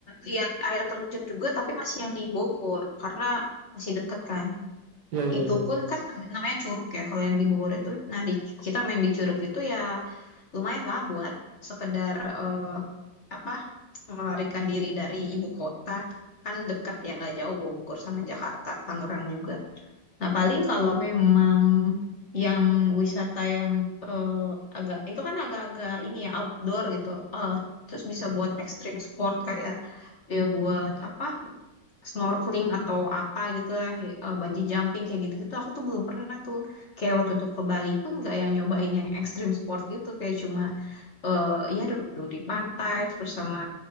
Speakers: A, on the left; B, on the right.
A: lihat air terjun juga tapi masih yang di Bogor karena masih deket kan
B: Ya, ya,
A: itu
B: ya.
A: pun kan nam- namanya curug ya kalau yang di Bogor itu nah di, kita main di curug itu ya lumayan lah buat sekedar eh, apa melarikan diri dari ibu kota kan dekat ya nggak jauh Bogor sama Jakarta Tangerang juga Nah, paling kalau memang yang wisata yang eh, agak itu kan agak-agak ini ya outdoor gitu. Eh, terus bisa buat extreme sport kayak ya buat apa snorkeling atau apa gitu lah, eh, bungee jumping kayak gitu-gitu. Aku tuh belum pernah tuh. Kayak waktu itu ke Bali pun nggak yang nyobain yang extreme sport gitu. Kayak cuma eh, ya duduk-duduk di pantai terus sama